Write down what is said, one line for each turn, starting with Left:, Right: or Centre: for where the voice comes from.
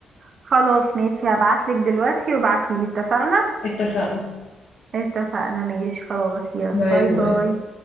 Right: خلاص ماشي هبعتلك دلوقتي وابعتيلي اتفقنا
Left: اتفقنا
Right: اتفقنا ماشي خلاص يلا
Left: باي
Right: باي
Left: باي
Right: باي